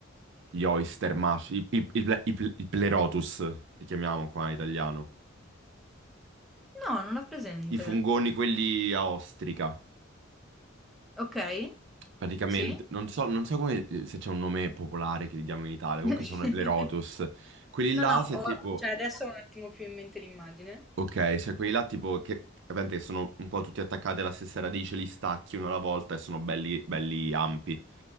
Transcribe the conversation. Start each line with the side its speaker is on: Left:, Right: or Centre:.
Right: gli oyster mush, i, i- i ple- i ple- i pleurotus, li chiamiamo qua in italiano.
Centre: No, no, non ho presente.
Right: I fungoni, quelli a ostrica,
Centre: Okay,
Right: praticamente.
Centre: sì.
Right: Non so, non so come, eh, se c'è un nome popolare che li diamo in Italia, comunque
Centre: <laughs>
Right: sono i pleurotus. Quelli là,
Centre: No, no,
Right: se
Centre: ho
Right: tipo...
Centre: cioè adesso ho un attimo più in mente l'immagine.
Right: Ok, cioè quelli là tipo che ovviamente sono un po' tutti attaccati alla stessa radice, li stacchi uno alla volta e sono belli, belli ampi.